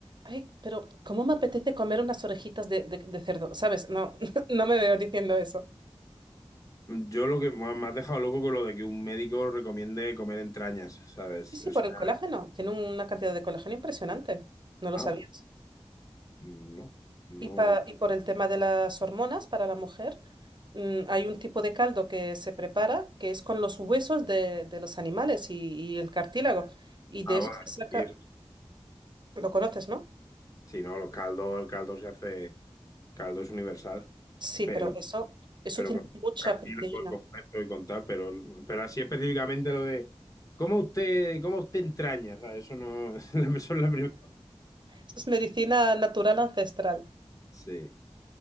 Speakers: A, on the right; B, on the left.
A: Ay, pero ¿cómo me apetece comer unas orejitas de, de- de cerdo? ¿Sabes? No, <laughs> no me veo diciendo eso.
B: Yo lo que me has dejado loco con lo de que un médico recomiende comer entrañas, ¿sabes?
A: Sí, sí,
B: Eso...
A: por el colágeno. Tiene una cantidad de colágeno impresionante. ¿No lo
B: Ah,
A: sabías?
B: no, no...
A: Y, pa- y por el tema de las hormonas para la mujer, mm, hay un tipo de caldo que se prepara que es con los huesos de, de los animales y, y el cartílago. Y de
B: Ah,
A: eso
B: bueno,
A: se saca,
B: sí, eso.
A: lo conoces, ¿no?
B: Si no, los caldos, el caldo se hace, caldo es universal,
A: Sí,
B: pero,
A: pero eso, eso
B: pero
A: tiene
B: con
A: mucha
B: cartílago
A: proteína.
B: y con esto y con tal, pero, pero así específicamente lo de cómo usted, cómo usted entraña, o eso no, <laughs> eso es la primera.
A: Eso es medicina natural ancestral.
B: Sí.